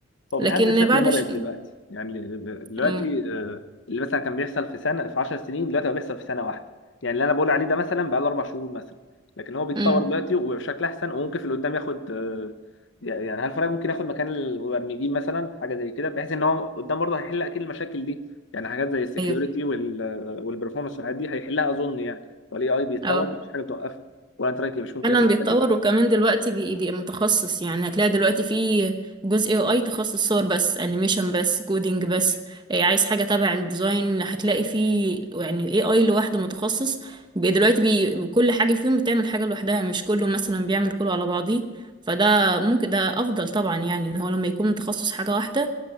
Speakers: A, on the left (about 65°); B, on the right (about 20°).
A: هو
B: لكن
A: بيتعدل بشكل
B: بعد
A: مرعب
B: ش...
A: دلوقتي يعني دلوقتي
B: مم.
A: آه، اللي مثلا كان بيحصل في سنه في 10 سنين دلوقتي بقى بيحصل في سنه واحده يعني اللي انا بقول عليه ده مثلا بقى له اربع شهور مثلا لكن هو بيتطور
B: مم.
A: دلوقتي وبشكل احسن وممكن في اللي قدام ياخد آه، يعني هل فرق ممكن ياخد مكان المبرمجين مثلا حاجه زي كده بحيث ان هو قدام برضه هيحل اكيد المشاكل دي يعني حاجات زي السكيورتي
B: ايوه
A: والبرفورمانس والحاجات دي هيحلها اظن يعني والاي اي بيتطور
B: أه.
A: مفيش حاجه بتوقفه ولا انت رايك إيه؟ مش ممكن
B: فعلا
A: ياخد
B: بيتطور
A: مكانه
B: وكمان دلوقتي بي- بيبقى متخصص يعني هتلاقي دلوقتي في جزء اي اي تخصص صور بس انيميشن بس كودينج بس إيه، عايز حاجه تبع الديزاين هتلاقي فيه يعني اي اي لوحده متخصص بي- دلوقتي بي كل حاجه فيهم بتعمل حاجه لوحدها مش كله مثلا بيعمل كله على بعضيه فده ممكن ده افضل طبعا يعني ان هو لما يكون متخصص حاجه واحده